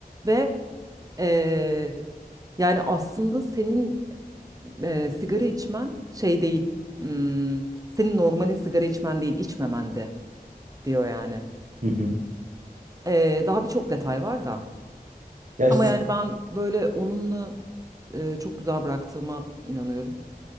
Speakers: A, on the right; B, on the right.
A: ve e, yani aslında senin e, sigara içmen şey değil. hmm, senin normalin sigara içmen değil, içmemendi diyor yani.
B: Hı hı.
A: Ee, daha birçok detay var da.
B: Gerçi-
A: Ama yani ben böyle onunla e, çok güzel bıraktığıma inanıyorum.